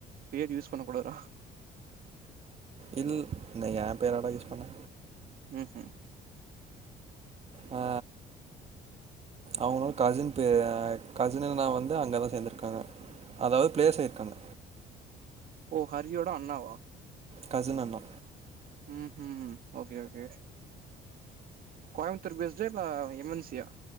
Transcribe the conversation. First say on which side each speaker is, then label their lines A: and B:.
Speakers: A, on the right; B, on the right.
A: பேர் யூஸ் பண்ண கூடாதுடா
B: இல்ல நா எயா பேராடா யூஸ் பண்ணே
A: ம் ம்
B: ஆ அவுங்களு கசின் பே ஆ கசின் அண்ணா வந்து அங்கதா சேந்திருக்காங்க அதாது ப்ளேஸ்சாகி இருக்காங்க
A: ஓ ஹரிடோ அண்ணா வா
B: கசின் அண்ணா
A: ம் ம் ஓகே ஓகே கோயம்புத்தூர் பேஸ்டா இல்ல எம் என் சி யா